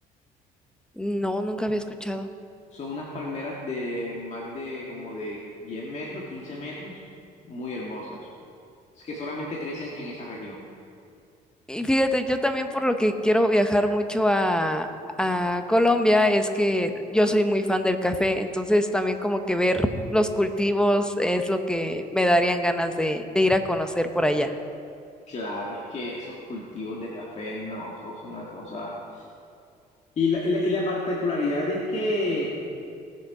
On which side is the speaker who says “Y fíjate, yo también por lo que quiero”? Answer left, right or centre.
Centre